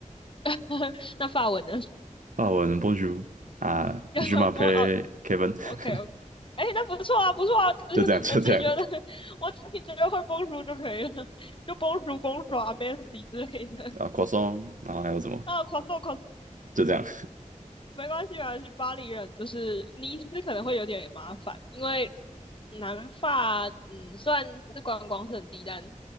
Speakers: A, on the left; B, on the right.
A: <laughs> 那法文呢？
B: 法文 Bonjour 啊，Je
A: <laughs>
B: m'appelle
A: 不，哦
B: Kevin，<laughs>
A: ，OK OK，哎，那不错啊，不错啊，<laughs>
B: 就这样就这样
A: 我自己觉得，我自己觉得会 b o 就可以了，就 b o n j o u 之类的。
B: 啊，croissant，然后还有什么？
A: 啊 c r o i
B: 就这样。
A: 没关系，没关系。巴黎人就是尼斯可能会有点麻烦，因为南法，嗯，虽然是观光胜低，但